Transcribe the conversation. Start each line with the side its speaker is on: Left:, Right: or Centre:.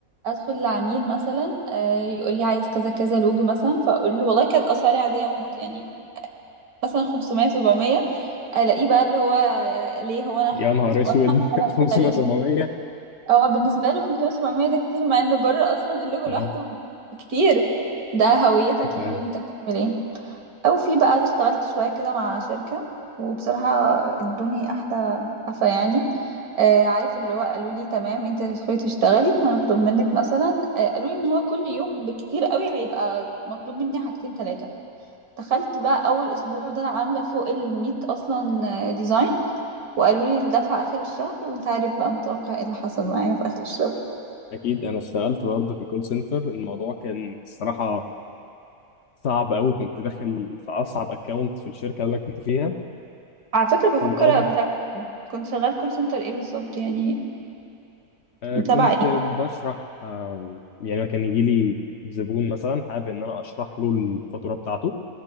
Right: ادخل لعميل مثلا آه، يقول لي عايز كذا كذا لوجو مثلا فاقول له والله كانت اسعاري عادية موت يعني مثلا 500 700 الاقيه بقى اللي هو ليه هو انا
Left: يا نهار اسود
Right: واسمع كلام
Left: <laughs> 500
Right: غريب
Left: 700
Right: هو بالنسبه له 500 700 ده كتير مع انه بره اصلا اللوجو
Left: اه
Right: لوحده كتير ده هويتك
Left: فاهم
Right: يا حبيبي انت بتعمل ايه او في بقى اشتغلت شويه كده مع شركه وبصراحه ادوني احلى قفا يعني آه عارف اللي هو قالوا لي تمام انت تدخلي تشتغلي هنطلب منك مثلا آه قالوا لي ان هو كل يوم بالكتير قوي هيبقى مطلوب مني حاجتين ثلاثه دخلت بقى اول اسبوع ده عامله فوق ال 100 اصلا ديزاين وقالوا لي الدفعة آخر الشهر وانت عارف بقى متوقع ايه اللي حصل معايا في آخر الشهر
Left: اكيد انا اشتغلت برضه في الكول سنتر الموضوع كان الصراحه صعب قوي كنت داخل في اصعب اكونت في الشركه اللي انا كنت فيها
Right: على فكرة بفكر
Left: والاب
Right: أبدأ كنت شغال كول سنتر ايه بالظبط يعني
Left: آه، كنت
Right: تبع ايه
Left: بشرح آه، يعني كان يجي لي زبون مثلا حابب ان انا اشرح له الفاتوره بتاعته